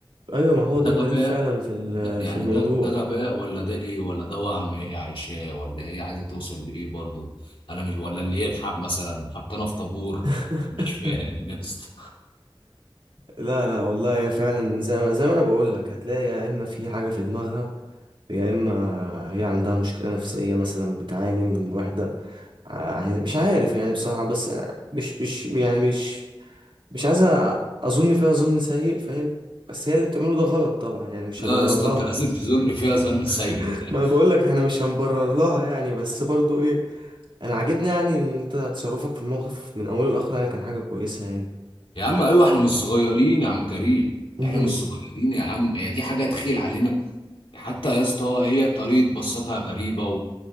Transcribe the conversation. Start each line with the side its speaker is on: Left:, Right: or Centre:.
Right: ايوه ما هو
Left: ده
Right: ده الغريب
Left: غباء
Right: فعلا في ال-
Left: ده يعني
Right: في الموضوع
Left: ده ده غباء ولا ده ايه ولا ده وهم هي عايشاه ولا هي عايزه توصل لايه برضو انا مش ولا اللي يلحق مثلا حطينا في طابور
Right: <laughs>
Left: مش فاهم يا اسطى
Right: لا لا والله هي فعلا زي ما زي ما انا بقول لك هتلاقي يا اما في حاجه في دماغها يا اما هي عندها مشكله نفسيه مثلا بتعاني من الوحده عايز- مش عارف يعني بصراحه بس مش مش يعني مش مش عايز اظن فيها ظن سيء فاهم بس هي اللي بتعمله ده غلط طبعا يعني مش
Left: لا
Right: هبرر
Left: يا اسطى
Right: لها
Left: انت لازم تظن فيها ظن سيء
Right: <laughs>
Left: <laughs>
Right: ما انا بقول لك احنا مش هنبرر لها يعني بس برضو ايه انا عاجبني يعني ان انت تصرفك في الموقف من اوله لاخره يعني كان حاجه كويسه
Left: يا عم ايوه احنا مش صغيرين يا عم كريم
Right: يعني
Left: احنا مش صغيرين يا عم هي دي حاجه تخيل علينا حتى يا اسطى هي طريقه بصتها غريبه